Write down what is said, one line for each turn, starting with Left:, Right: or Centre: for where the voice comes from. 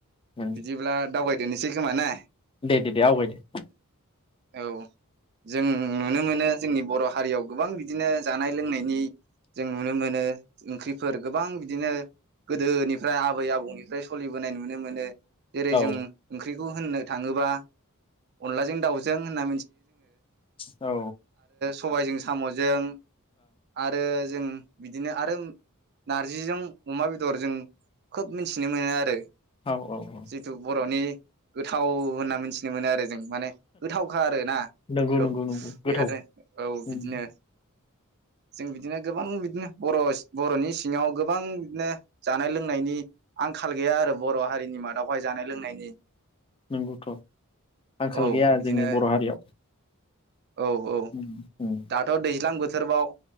Left: उम
Right: बिदिब्ला दावबाय दोननोसै खोमा ना
Left: दे दे दे आवगाय दे
Right: औ जों नुनो मोनो जोंनि बर' हारियाव गोबां बिदिनो जानाय लोंनायनि जों नुनो मोनो ओंख्रिफोर गोबां बिदिनो गोदोनिफ्राय आबै आबौनि जाय सोलिबोनाय नुनो मोनो जेरै
Left: औ
Right: जों ओंख्रि बेखौ होननो थाङोब्ला अनला
Left: औ
Right: सबायजों साम'जों आरो जों बिदिनो आरो नारजिजों अमा बेदरजों खोब मि नुनो मोनो आरो
Left: औ औ औ
Right: जिथु बर'नि गोथाव होनना मिथिनो मोनो आरो जों माने गोथावखा आरो ना
Left: नंगौ
Right: औ
Left: नंगौ
Right: बेफोरनो
Left: नंगौ गोथाव
Right: औ बिदिनो
Left: उम
Right: जों बिदिनो गोबां बिदिनो बर' बर'नि सिङाव गोबां बिदिनो जानाय लोंनायनि आंखाल गैया आरो बर' हारिनि मादावहाय जानाय लोंनायनि
Left: नंगौथ' आंखाल
Right: औ
Left: गैया
Right: बिदिनो
Left: जोंनि बर' हारियाव
Right: औ औ
Left: उम उम
Right: दाथ' दैज्लां बोथोर सोरबाव